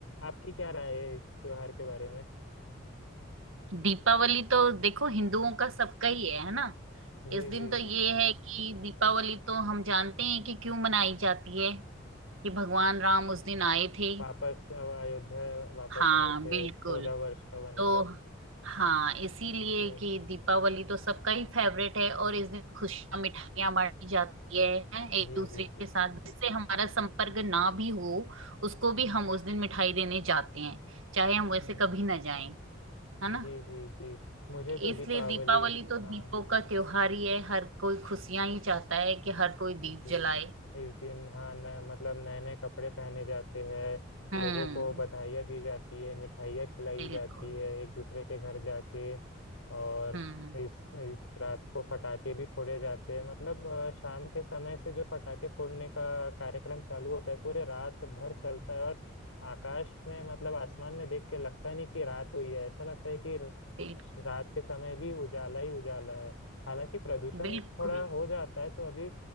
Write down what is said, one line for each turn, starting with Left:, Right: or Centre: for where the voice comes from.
Left: आपकी क्या राय है इस त्योहार के बारे में
Right: दीपावली तो देखो हिंदुओं का सबका ही है है ना
Left: जी
Right: इस दिन
Left: जी
Right: तो ये
Left: जी
Right: है कि दीपावली तो हम जानते हैं कि क्यों मनाई जाती है कि भगवान राम उस दिन आए थे
Left: वापस अब अयोध्या वापस
Right: हाँ
Left: आए थे
Right: बिल्कुल
Left: चौदह वर्ष का वनवास
Right: तो हाँ इसीलिए
Left: जी
Right: कि दीपावली तो सबका ही फेवरेट है और इस दिन खुशियां मिठाइयां बांटी जाती है हैं, एक
Left: जी
Right: दूसरे
Left: जी जी
Right: के साथ जिससे हमारा संपर्क ना भी हो उसको भी हम उस दिन मिठाई देने जाते हैं चाहे हम वैसे
Left: जी
Right: कभी ना जाएं है ना
Left: जी जी जी मुझे तो
Right: इसलिए
Left: दीपावली
Right: दीपावली तो
Left: हाँ
Right: दीपों का त्योहार ही है हर कोई खुशियां ही चाहता है कि हर कोई
Left: जी
Right: दीप जलाए
Left: इस दिन हाँ न, मतलब नए नए कपड़े पहने जाते हैं
Right: हम्म
Left: लोगों को बधाइयाँ दी जाती है मिठाइयाँ खिलाई
Right: बिल्कुल
Left: जाती है एक दूसरे के घर जाके और
Right: हम्म
Left: इस इस रात को फटाके भी फोड़े जाते हैं मतलब अ, शाम के समय से जो फटाके फोड़ने का कार्यक्रम चालू होता है पूरे रात भर चलता है और आकाश में मतलब आसमान में देख के लगता नहीं कि रात हुई है ऐसा लगता है कि र-
Right: बिल-
Left: रात के समय भी उजाला ही उजाला है हालांकि प्रदूषण
Right: बिल्कुल
Left: थोड़ा हो जाता है तो अभी